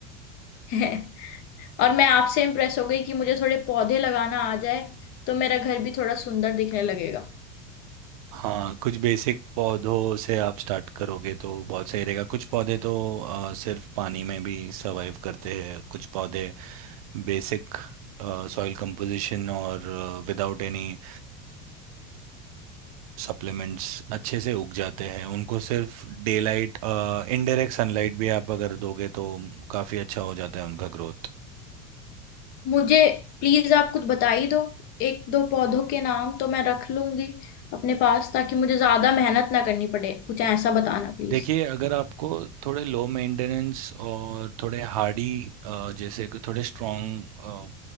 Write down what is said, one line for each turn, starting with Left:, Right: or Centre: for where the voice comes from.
Left: है <laughs> और मैं आपसे इम्प्रेस हो गई कि मुझे थोड़े पौधे लगाना आ जाए तो मेरा घर भी थोड़ा सुंदर दिखने लगेगा
Right: हाँ कुछ बेसिक पौधों से आप स्टार्ट करोगे तो बहुत सही रहेगा कुछ पौधे तो अ, सिर्फ पानी में भी सर्वाइव करते हैं कुछ पौधे बेसिक सॉइल कंपोजिशन और विदाउट एनी सप्लीमेंट्स अच्छे से उग जाते हैं उनको सिर्फ डे लाइट इनडायरेक्ट सनलाइट भी आप अगर दोगे तो काफ़ी अच्छा हो जाता है उनका ग्रोथ
Left: मुझे प्लीज आप कुछ बता ही दो एक दो पौधों के नाम तो मैं रख लूंगी अपने पास ताकि मुझे ज्यादा मेहनत ना करनी पड़े कुछ ऐसा बताना प्लीज
Right: देखिए अगर आपको थोड़े लो मेंटेनेंस और थोड़े हार्डी जैसे कि थोड़े स्ट्रॉन्ग